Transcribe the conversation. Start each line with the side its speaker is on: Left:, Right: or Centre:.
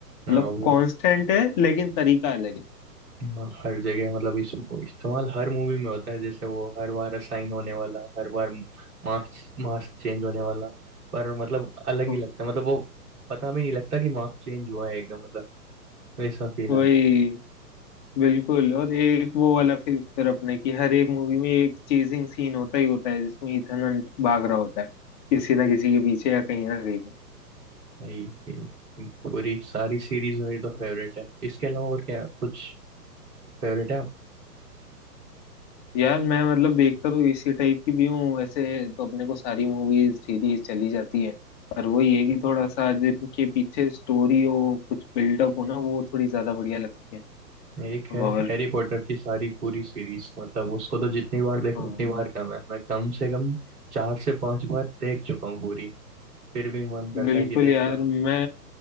Right: हाँ
Left: मतलब
Right: वो
Left: कांस्टेंट है लेकिन तरीका अलग है
Right: हाँ, हर जगह मतलब इस वो इस्तेमाल हर मूवी में होता है जैसे वो हर बार असाइन होने वाला हर बार मार्क्स मार्क्स चेंज होने वाला पर मतलब अलग
Left: तो
Right: ही लगता है मतलब वो पता भी नहीं लगता कि मार्क्स चेंज हुआ है एकदम मतलब वैसा फील
Left: वही
Right: आता है
Left: बिल्कुल और एक वो वाला फिर फिर अपने की हर एक मूवी में एक चेजिंग सीन होता ही होता है जिसमें ईथन हंट भाग रहा होता है किसी ना किसी के पीछे या कहीं ना कहीं पे
Right: भाई ये पूरी सारी सीरीज मेरी तो फेवरेट है इसके अलावा और क्या कुछ फेवरेट है आप
Left: यार मैं मतलब देखता तो इसी टाइप की भी हूँ वैसे तो अपने को सारी मूवीज सीरीज चली जाती है पर वही है कि थोड़ा सा जिनके पीछे स्टोरी हो कुछ बिल्डअप हो ना वो थोड़ी ज्यादा बढ़िया लगती है
Right: एक है
Left: और
Right: हैरी पॉटर की सारी पूरी सीरीज मतलब उसको तो जितनी बार देखो
Left: हाँ
Right: उतनी बार कम है मैं कम से कम चार से पांच बार देख चुका हूँ पूरी फिर भी मन करता
Left: बिल्कुल
Right: है कि देख
Left: यार
Right: लो
Left: मैं